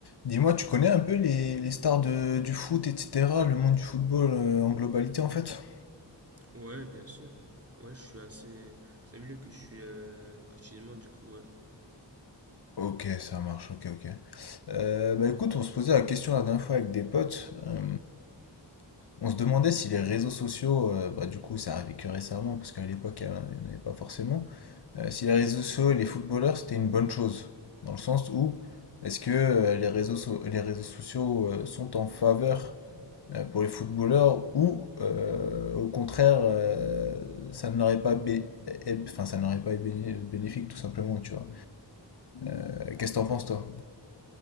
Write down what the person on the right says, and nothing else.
Ouais, bien sûr. Ouais, je suis assez. C'est un milieu que je suis euh, quotidiennement, du coup. Ouais.